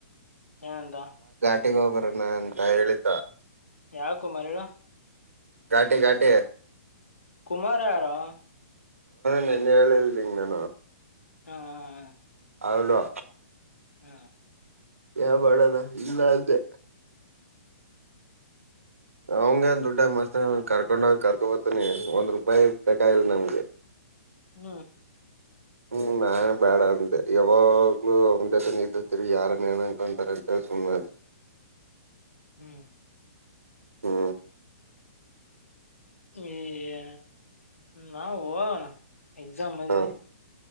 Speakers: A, on the left; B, on the right.
A: ಏನ ಅಂದ
B: ಟ್ಟಿ ಗೋಬರನ ಅಂತ ಹೇಳಿದ್ದ
A: ಯಾವ ಕುಮಾರ್
B: ಘಾಟಿ ಘಾಟಿ
A: ಕುಮಾರ ಯಾರೋ
B: ನಿನ್ನ ಹೇಳಿಲ್ಲ ನಿಂಗೆ ನಾನು
A: ಹ್ಮ ಹ
B: ಅವಳು
A: ಹ್ಮ
B: ಹೇಳಬೇಡ ಇಲ್ಲ ಅಂದೆ ಅವಂಗ ದುಡ್ಡಾಗ ಮಸ್ತ ಅದ್ ಕರ್ಕೊಂಡ ಹೋಗಿ ಕರಕೊಂಡ ಬರತಾನೆ ಒಂದ್ ರೂಪಾಯಿ ಬೇಕಾಗಿಲ್ಲನಂಗೆ
A: ಹ
B: ಹ್ಮ್ ನಾನ್ ಬ್ಯಾಡ ಅಂದೆ ಯಾವಾಗ್ಲೂ ಅವನ ಜೊತೆ ಇದ್ದು ಯಾರನ್ ಏನಕಂತಾರ ಅಂತ ಹೇಳಿ ಸುಮ್ಮ್ ಆದೆ
A: ಹ್ಮ್
B: ಹ್ಮ
A: ಏ ನಾವು ಎಕ್ಸಾಮ್ ಮುಗಿಲಿ
B: ಹ